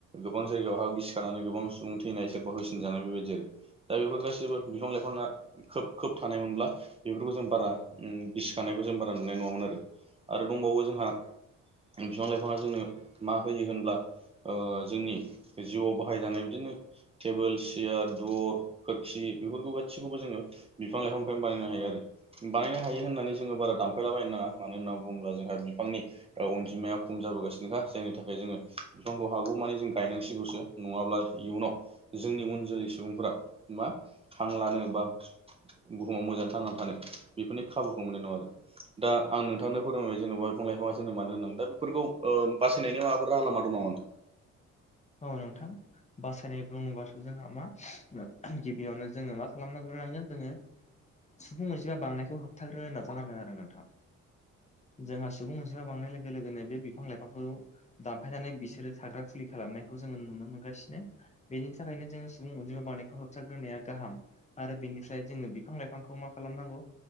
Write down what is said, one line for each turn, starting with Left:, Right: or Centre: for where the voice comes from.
Right: गोबां जायगायाव हा गिसिखारानानै गोबां सुबुं थैनाय सोरबा होसिनजानाय बेबायदि आरो दा बेफोर गासिबो बिफां लाइफाङा खोब खोब थानाय मोनब्ला बेफोरखौ जों बारा ओ गिसिखानायखौ जों बारा नुनाय नङामोन आरो आरो दंबावो जोंहा बिफां लाइफाङा जोंनो मा होयो होनब्ला ओ जोंनि जिउआव बाहायजानाय बिदिनो टेबोल सियार द्वर खोरखी बेफोरखौ गासैखौबो जोङो बिफां लाइफांनिफ्राय बानायनो हायो आरो बानायनो हायो होननानै जोङो बारा दानफायलाबायनो नाङा मानो होन्ना बुङोब्ला जोंहा बिफांनि ओ अनजिमाया खम जाबोगासिनोखा जायनि थाखाय जोङो बिफांखौ हागौमानि जों गायनांसिगौसो नङाब्ला इयुनाव जोंनि उन जोलै सुबुंफोरा मा हां लानो बा बुहुमाव मोजाङै थांनानै थानो बेफोरनि खाबुखौ मोननाय नङा आरो दा आं नोंथांनो फोरोंबाय जेनेबा बिफां लाइफांआ जोंनो मानो गोनां ओ दा बेफोरखौ बास होनायनि माबा राहा लामा दङ नामा नोंथां
Left: औ नोंथां। बासायनाय बुङोबासो जोंहा मा गिबियावनो जोङो मा खालामग्रोनांगोन जोङो सुबुं अनजिमा बांनायखौ होबथाग्रोनो नाजानांगोन आरो नोंथां जोंहा सुबुं अनसिमा बांनाय लोगो लोगोनो बे बिफां लाइफांखौ दानफायनानै बिसोरो थाग्रा खुलि खालामनायखौ जोङो नुनो मोनगासिनो। बेनि थाखायनो जोङो सुबुं अनजिमा बांनायखौ होबथाग्रोनाया गाहाम। आरो बेनिफ्राय जोङो बिफां लाइफांखौ मा खालामनांगौ।